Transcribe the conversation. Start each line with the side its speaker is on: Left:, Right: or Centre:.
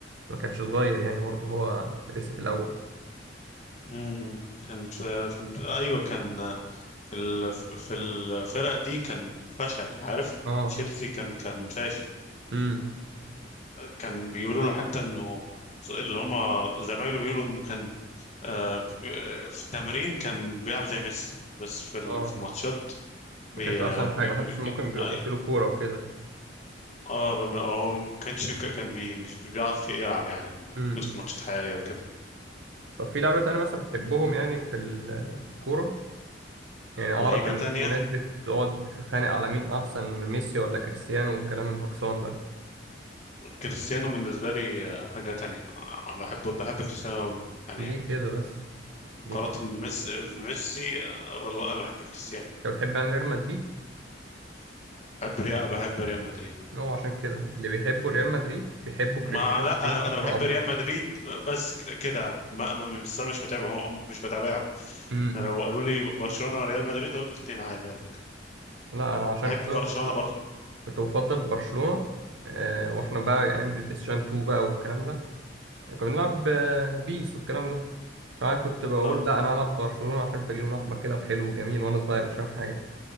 Right: ما كانش صغير يعني برضه هو لسه في الاول
Left: امم كان في كان في- ايوه كان في ال- في الفرق دي كان فشل عارف
Right: اه
Left: تشيلسي كان كان فاشل
Right: امم
Left: كان بيقولوا له حتى انه اللي هم زمايله بيقولوا انه كان آه، في التمرين كان بيلعب زي ميسي بس في ال-
Right: اه
Left: في الماتشات بي
Right: ما كانش
Left: اه
Right: احسن حاجه
Left: بي-
Right: محدش ممكن بيبقى
Left: أي-
Right: في له كوره وكده
Left: آه، بي- هو ما كانش كان بي مش بيعرف يلعب يعني لما
Right: امم
Left: يدخل ماتشات حقيقية وكده
Right: طب في لعيبه تانية مثلا بتحبهم يعني في ال- في الكوره يعني اعرف
Left: لعيبة
Right: ان
Left: تانية
Right: في ناس بتقعد تتخانق على مين احسن ميسي ولا كريستيانو والكلام الهكسان ده
Left: كريستيانو بالنسبة لي آه، حاجة تانية آه، بحب بحب كريستيانو أوي يعني
Right: ليه كده بس
Left: مقارنة
Right: ليه كده
Left: بميسي بميسي آه، والله أنا بحب كريستيانو
Right: انت بتحب يعني ريال مدريد
Left: بحب ريال بحب ريال مدريد
Right: هو عشان كده اللي بيحبوا ريال مدريد بيحبوا كريستيانو
Left: ما لا
Right: شايفين
Left: انا
Right: كريستيانو
Left: انا بحب
Right: افضل
Left: ريال مدريد بس ك- كده ما ما- بس انا مش متابعه هو مش بتابعه
Right: امم
Left: لو قالوا لي برشلونة وريال مدريد اقول الاثنين عادي على فكرة
Right: لا انا عشان
Left: بحب
Right: كده
Left: برشلونة برضو
Right: كنت بفضل برشلونة آه، واحنا بقى ايام بالبلايستيشن 2 بقى والكلام ده كنا بنلعب آه، بيس والكلام ده فانا كنت بقول
Left: اه
Right: لا انا هلعب برشلونة عشان فريق لونه احمر كده وحلو وجميل وانا صغير مش فاهم حاجة